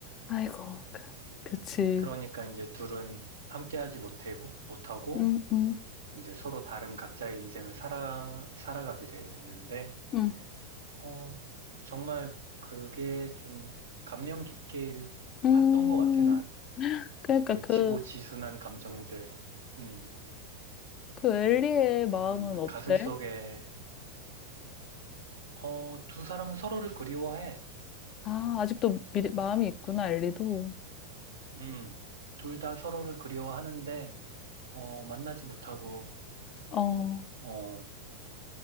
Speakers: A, on the left; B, on the right.
A: 아이고, 그, 그치.
B: 그러니까 이제 둘은 함께하지 못하고, 못하고
A: 음, 음,
B: 이제 서로 다른 각자의 인생을 살아, 살아가게 되는데
A: 음,
B: 어, 정말 그게 좀 감명 깊게 일-
A: 음.
B: 봤던 것 같아, 난.
A: 그러니까
B: 그
A: 그,
B: 지고지순한 감정들. 음,
A: 그 엘리의 마음은
B: 그러니까
A: 어때?
B: 가슴속에, 어, 두 사람은 서로를 그리워해.
A: 아, 아직도 미리, 마음이 있구나, 엘리도.
B: 음, 둘 다 서로를 그리워하는데, 어, 만나지 못하고,
A: 어,
B: 어,